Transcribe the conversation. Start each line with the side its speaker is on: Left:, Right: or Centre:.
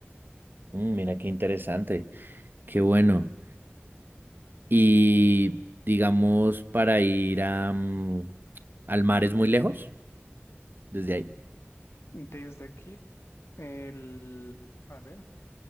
Right: Mm, mira qué interesante, qué bueno. Y digamos, para ir a, mm, al mar es muy lejos desde ahí.
Left: Desde aquí, el, a ver,